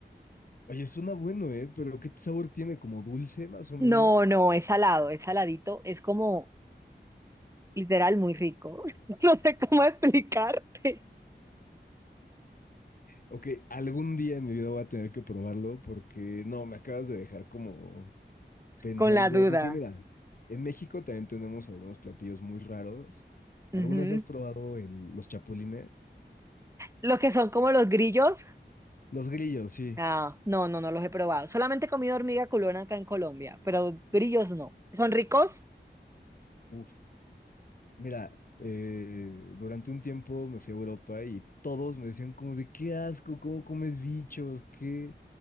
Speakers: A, on the left (about 50°); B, on the right (about 15°).
A: Oye, suena bueno, ¿eh? Pero ¿qué sabor tiene? ¿Como dulce, más o menos?
B: No, no, es salado, es saladito, es como literal muy rico. <laughs> No sé cómo explicarte
A: Ok, algún día en mi vida voy a tener que probarlo porque no, me acabas de dejar como pensando.
B: con la duda.
A: Aunque mira, en México también tenemos algunos platillos muy raros. ¿Algunas
B: Ujú.
A: has probado el- los chapulines?
B: Los que son como los grillos,
A: Los grillos, sí.
B: Ah, no, no, no los he probado. Solamente he comido hormiga culona acá en Colombia, pero grillos no. ¿Son ricos?
A: Uf. Mira, eh, durante un tiempo me fui a Europa y todos me decían como de qué asco, cómo comes bichos, qué...